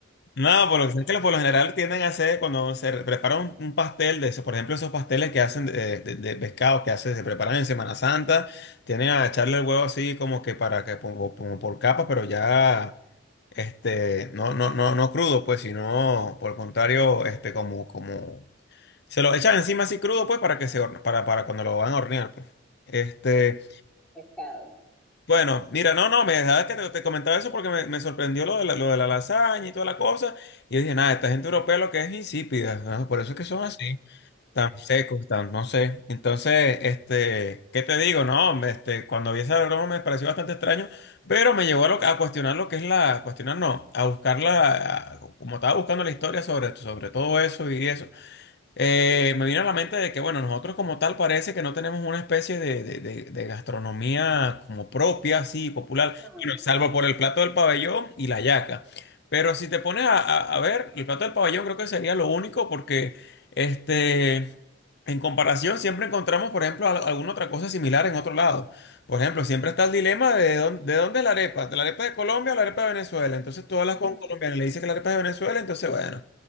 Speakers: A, on the left; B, in the centre.
A: No, por lo que sé es que por lo general tienden a hacer cuando se re- prepara un, un pastel de esos, por ejemplo, esos pasteles que hacen de, de- de pescado que hace, se preparan en Semana Santa, tienden a echarle el huevo así como que para que como, como por capa, pero ya este no, no, no, no crudo, pues, sino por el contrario, este como, como se lo echan encima así crudo, pues, para que se horne- para, para cuando lo van a hornear, pues. Este.
B: pescado.
A: Bueno, mira, no, no, me dejaba que te, te comentaba eso porque me, me sorprendió lo de la, lo de la lasaña y toda la cosa. Y yo dije, nada, esta gente europea lo que es insípida, ¿no? Por eso es que son así, tan secos, tan, no sé. Entonces, este, ¿qué te digo? No, hombre, este, cuando vi esa broma me pareció bastante extraño, pero me llevó a, lo- a cuestionar lo que es la, a cuestionar no, a buscarla, como estaba buscando la historia sobre, sobre todo eso y eso. Eh, me vino a la mente de que, bueno, nosotros como tal parece que no tenemos una especie de, de- de- de gastronomía como propia, así, popular,
B: No.
A: bueno, salvo por el plato del pabellón y la yaca. Pero si te pones a, a- a ver, el plato del pabellón creo que sería lo único porque, este, en comparación siempre encontramos, por ejemplo, al- alguna otra cosa similar en otro lado. Por ejemplo, siempre está el dilema de dónde, de dónde es la arepa, de la arepa de Colombia o la arepa de Venezuela. Entonces tú hablas
B: ujú,
A: con un colombiano y le dices que la arepa es de Venezuela, entonces, bueno.